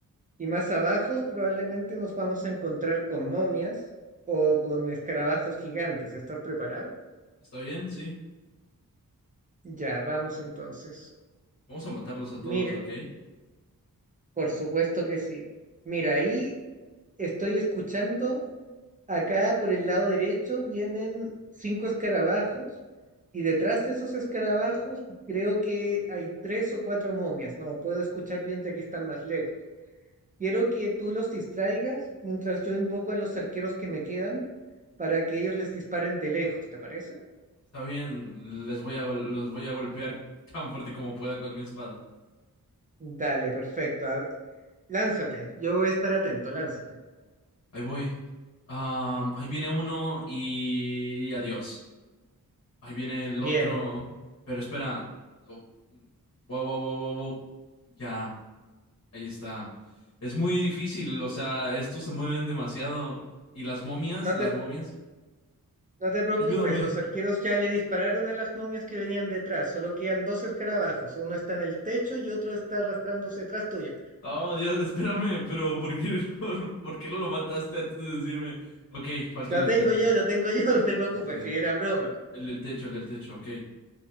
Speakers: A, on the right; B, on the left.
A: Y más abajo probablemente nos vamos a encontrar con momias o con escarabajos gigantes. ¿Estás preparado?
B: está bien, sí.
A: Ya, vamos entonces.
B: Vamos a matarlos a
A: Mira,
B: todos, ¿ok?
A: por supuesto que sí. Mira, ahí estoy escuchando. Acá por el lado derecho vienen cinco escarabajos y detrás de esos escarabajos creo que hay tres o cuatro momias. No puedo escuchar bien ya que están más lejos. Quiero que tú los distraigas mientras yo invoco a los arqueros que me quedan para que ellos les disparen de lejos, ¿te parece?
B: Está bien, les voy a, gol- los voy a golpear <laughs> tan fuerte como pueda con mi espada.
A: Dale, perfecto. A ver, lánzate, yo voy a estar atento, lánzate.
B: Ahí voy. Ah, ahí viene uno y y adiós. Ahí viene el
A: Bien,
B: otro. Pero espera. Oh, Wow, wow, wow, wow, wow. Ya, ahí está. Es muy difícil, o sea, estos se mueven demasiado. ¿Y las momias?
A: no
B: Las
A: te,
B: momias.
A: no te preocupes,
B: Ayúdame.
A: los arqueros ya le dispararon a las momias que venían detrás, solo quedan dos escarabajos, uno está en el techo y otro está arrastrándose detrás tuyo.
B: Oh, Dios, espérame, pero ¿por qué, <laughs> por qué no lo mataste antes de decirme? Ok, falta
A: Lo
B: el del
A: tengo
B: techo.
A: yo, lo tengo yo, <laughs> no te preocupes,
B: Ese,
A: si era broma.
B: el del techo, el del techo, ok.